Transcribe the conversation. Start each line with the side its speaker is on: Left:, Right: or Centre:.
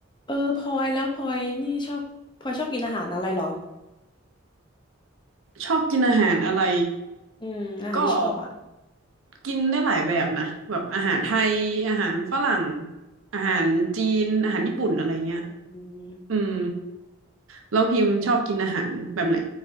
Left: เออพลอยแล้วพลอยนี่ชอบพลอยชอบกินอาหารอะไรเหรอ
Right: ชอบกินอาหารอะไร
Left: อืมอาหารที่ชอบอ่ะ
Right: ก็กินได้หลายแบบนะแบบอาหารไทยอาหารฝรั่งอาหารจีนอาหารญี่ปุ่นอะไรเงี้ย
Left: อืม
Right: อืมแล้วพิมพ์ชอบกินอาหารแบบไหน